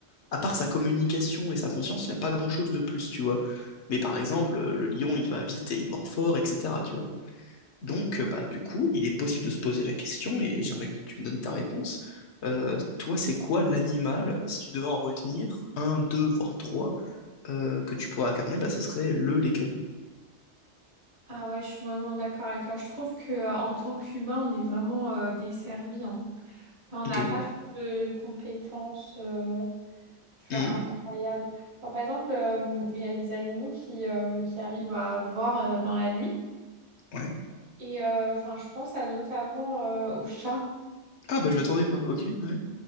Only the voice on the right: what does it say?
Ah ouais, je suis vraiment d'accord avec toi. Je trouve que euh, en tant qu'humain, on est vraiment euh, desservi. hein. Enfin, on n'a
pas trop de compétences, euh, tu vois,
incroyables. Genre, par exemple, euh, il y a des animaux qui, euh, qui arrivent à voir euh, dans la nuit.
Et euh, enfin, je pense à notamment euh, aux chats.